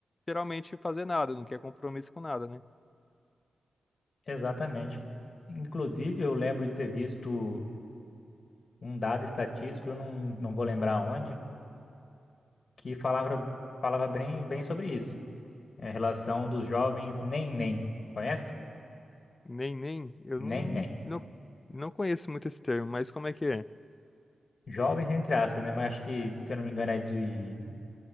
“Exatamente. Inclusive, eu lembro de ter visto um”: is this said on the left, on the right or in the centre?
Left